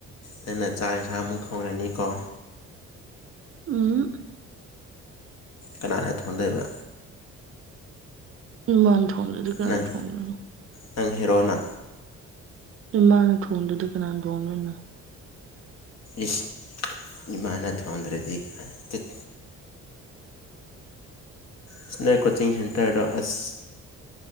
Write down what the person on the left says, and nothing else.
ꯅꯪꯅ ꯆꯥꯛ ꯌꯦꯟꯁꯥꯡ ꯑꯃꯨꯛ ꯊꯣꯡꯉꯅꯤꯀꯣ
ꯀꯅꯥꯅ ꯊꯣꯡꯗꯣꯏꯕ
ꯅꯪ
ꯅꯪ ꯍꯦꯔꯣꯅꯥ
ꯏꯁ ꯏꯃꯥꯅ ꯊꯧꯗ꯭ꯔꯗꯤ ꯀꯥꯢ ꯇꯨꯠ ꯏꯁ ꯅꯣꯢ ꯀꯣꯆꯤꯡ ꯁꯦꯟꯇꯥꯔꯗꯣ ꯑꯁ